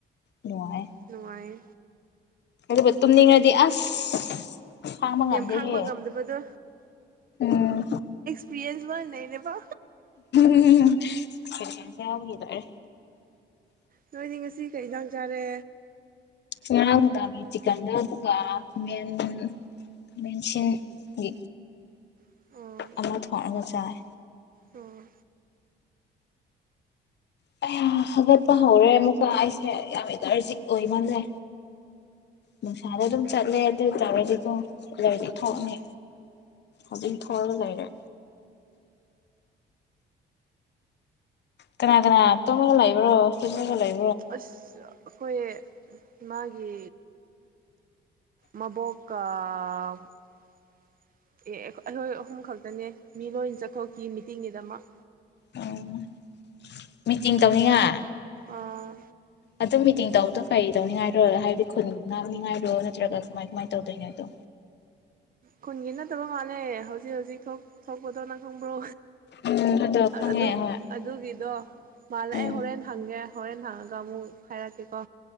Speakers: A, on the left; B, on the right.
A: ꯅꯅꯨꯡꯉꯥꯏ
B: ꯅꯨꯡꯉꯥꯏꯌꯦ
A: ꯑꯗꯨ ꯇꯨꯝꯅꯤꯡꯉꯗꯤ ꯑꯁ ꯍꯥꯡꯕ ꯉꯝꯗꯦꯍꯦ
B: ꯌꯥꯝ ꯈꯥꯡꯕ ꯉꯝꯗꯕꯗꯣ
A: ꯎꯝ
B: ꯄ꯭ꯌꯦꯁꯕ ꯂꯩꯅꯦ ꯄ
A: ꯎꯝꯕꯒꯦꯗꯔꯦ
B: ꯅꯣꯏꯗꯤ ꯉꯁꯤ ꯀꯩ ꯏꯟꯖꯥꯡ ꯆꯥꯔꯦ
A: ꯉꯔꯥꯡ ꯅꯨꯡꯗꯥꯡꯒꯤ ꯆꯤꯛꯀꯟꯗ ꯑꯗꯨꯒ ꯈꯃꯦꯟ ꯈꯥꯃꯦꯟꯁꯤꯟꯒꯤ
B: ꯑꯣ
A: ꯑꯃ ꯊꯣꯡꯉꯒ ꯆꯥꯏ
B: ꯑꯣ
A: ꯀꯌꯥ ꯍꯥꯒꯠꯄ ꯍꯧꯔꯦ ꯑꯃꯨꯛꯀ ꯑꯩꯁꯦ ꯌꯥꯝ ꯏꯂꯔꯖꯤꯛ ꯑꯣꯏꯃꯜꯂꯦ ꯅꯨꯡꯁꯥꯗ ꯑꯗꯨꯝ ꯆꯠꯂꯦ ꯑꯗꯨ ꯑꯣꯏꯇꯥꯔꯗꯤꯀꯣ ꯂꯩꯗꯤ ꯊꯣꯛꯅꯤ
B: ꯎꯝ
A: ꯑꯗꯨꯝ ꯊꯒ ꯂꯩꯔꯦ ꯀꯅꯥ ꯀꯅꯥ ꯇꯣꯃꯒ ꯂꯩꯕ꯭ꯔꯣ ꯁꯤꯒ ꯂꯩ
B: ꯑꯁ ꯑꯩꯈꯣꯏ ꯃꯥꯒꯤ ꯃꯕꯣꯛ ꯑꯦ ꯑꯩꯈꯣꯏ ꯑꯍꯨꯝ ꯈꯛꯇꯅꯦ ꯃꯤ ꯂꯣꯏ ꯆꯠꯊꯣꯛꯈꯤ ꯃꯤꯇꯤꯡꯒꯤꯗꯃꯛ
A: ꯎꯝ ꯃꯤꯇꯤꯡ ꯇꯧꯅꯤꯉꯥꯏ
B: ꯑꯥ
A: ꯑꯗꯨꯝ ꯃꯤꯇꯤꯡ ꯇꯧꯕꯗꯣ ꯀꯩ ꯇꯧꯅꯤꯉꯥꯏꯔꯣ ꯍꯥꯏꯕꯗꯤ ꯈꯨꯟ ꯉꯥꯡꯅꯤꯉꯥꯏꯔꯣ ꯅꯠꯇ꯭ꯔꯒ ꯀꯃꯥꯏ ꯀꯃꯥꯏ ꯇꯧꯗꯣꯏꯅꯣ ꯑꯗꯣ
B: ꯈꯨꯟꯒꯤ ꯅꯠꯇꯕ ꯃꯥꯜꯂꯦ ꯍꯧꯖꯤꯛ ꯍꯧꯖꯤꯛ ꯊꯣꯛꯄꯗꯣ ꯅꯪ ꯈꯣꯡꯕ꯭ꯔꯣ
A: ꯎꯝ ꯑꯗꯣ ꯈꯪꯉꯦ
B: ꯑꯗꯨ
A: ꯍꯣꯏ
B: ꯑꯗꯨꯒꯤꯗꯣ ꯃꯥꯂꯑ
A: ꯎꯝ
B: ꯍꯣꯔꯦꯟꯦꯟ ꯍꯪꯦ ꯍꯅꯒ ꯃꯨ ꯐꯥꯏꯔꯥ ꯀꯦꯀꯣ